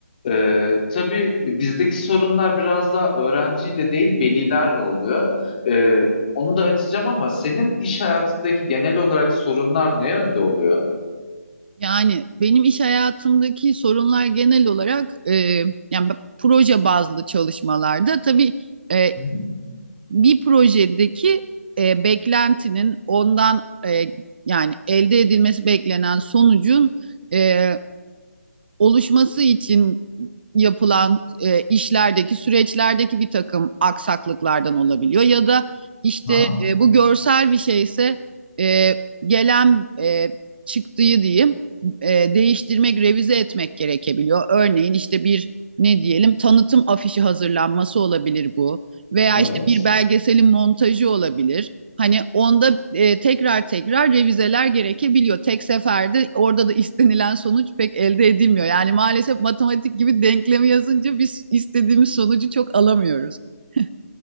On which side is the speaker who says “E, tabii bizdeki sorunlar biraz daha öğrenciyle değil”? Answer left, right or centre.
Left